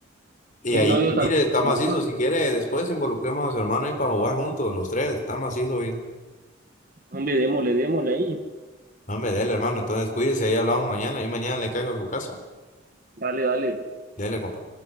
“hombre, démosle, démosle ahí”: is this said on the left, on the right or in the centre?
Right